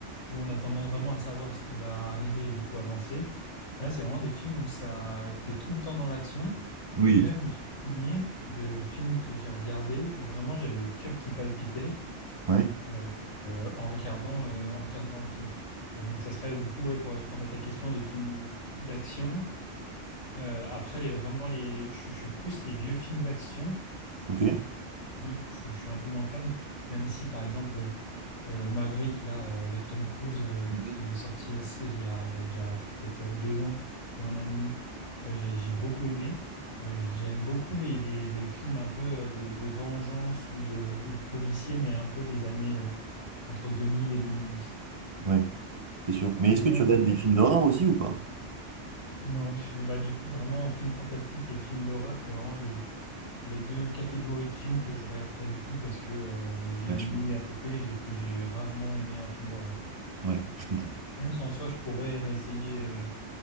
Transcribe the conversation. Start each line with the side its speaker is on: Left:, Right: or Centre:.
Left: où on a tendance vraiment à savoir ce qui va arriver et du coup avancer. Là, c'est vraiment des films où ça, t'es tout le temps dans l'action.
Right: Oui.
Left: Et même,
Right: tu-
Left: j'ai des souvenirs de films que j'ai regardés où vraiment j'avais le cœur qui palpitait
Right: Ouais.
Left: euh, euh, en regardant, euh, en regardant le film. Et donc, ça serait du coup, ouais, pour répondre à ta question, les films d'action. Euh, après, les, vraiment, les, je, suis je suis plus les vieux films d'action.
Right: Ok.
Left: Titanic, Je, suis je suis un peu moins fan, même si par exemple euh, Maverick, là, euh, avec Tom Cruise, euh,
Right: Mhm.
Left: qui est sorti assez- il y a, il y a déjà peut-être euh, deux ans ou un an et demi, euh, j'ai j'ai beaucoup aimé. Euh, j'aime beaucoup les, les- les films un peu euh, de, de vengeance ou de, ou de policiers, mais un peu des années euh, entre 2000 et 2010.
Right: Ouais, c'est sûr. Mais
Left: T'aimes
Right: est-ce
Left: bien?
Right: que tu regardes
Left: toi-
Right: des
Left: toi
Right: films d'horreur aussi ou pas?
Left: Non, je suis bah, du coup vraiment film fantastique et film d'horreur, c'est vraiment les, les deux catégories de films que je regarde pas du tout parce que euh, j'ai
Right: Ouais,
Left: mis
Right: je comprends.
Left: à côté, j'ai j'ai rarement aimé un film d'horreur.
Right: Ouais, je comprends.
Left: Même si en soi je pourrais réessayer, euh,